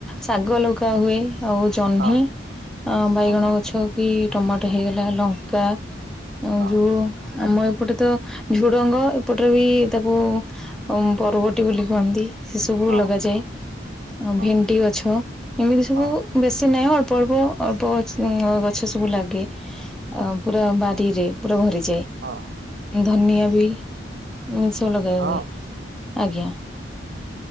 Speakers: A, in the centre; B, on the right.
A: ଶାଗ ଲଗା ହୁଏ ଆଉ ଜହ୍ନି
B: ହଁ
A: ଅ ବାଇଗଣ
B: ହଁ
A: ଗଛ କି ଟମାଟୋ ହେଇଗଲା ଲଙ୍କା ଆଉ
B: ହଁ
A: ଯୋଉ ଆମ ଏପ ଏପଟେ ତ ଝୁଡ଼ଙ୍ଗ ଏପଟରେ ବି ତାକୁ ଉ ପରର୍ବଟିୀ ବୋଲି କୁହନ୍ତି। ସେ ସବୁ
B: ହଁ
A: ଲଗାଯାଏ ଆ
B: ହଁ
A: ଭେଣ୍ଡି ଗଛ ଏମିତି ସବୁ
B: ହଁ
A: ବେଶୀ ନାହିଁ ଅଳ୍ପ ଅଳ୍ପ ଅଳ୍ପ ଗ ଗଛ ସବୁ ଲାଗେ ପୁରା ବାରିରେ ପୁରା ଘରେ। ଚେ
B: ହଁ
A: ଧନିଆ ବି ଏମିତି ସବୁ ଲଗାହୁଏ
B: ହଁ
A: ଆଜ୍ଞା।